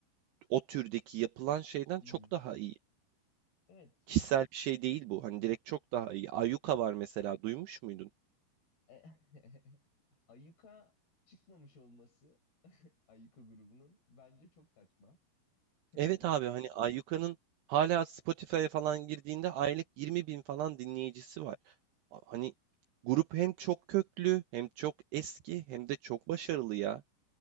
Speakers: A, on the right; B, on the left.
A: o türdeki yapılan şeyden
B: Hı
A: çok
B: hı.
A: daha iyi.
B: Evet,
A: Kişisel bir şey değil bu. Hani direkt çok daha iyi. Ayuka var mesela duymuş muydun?
B: E, <laughs> Ayuka çıkmamış olması <laughs> Ayuka grubunun bence çok saçma. <laughs>
A: Evet abi hani Ayyuka'nın hala Spotify'a falan girdiğinde aylık yirmi bin falan dinleyicisi var. A hani grup hem çok köklü hem çok eski hem de çok başarılı ya.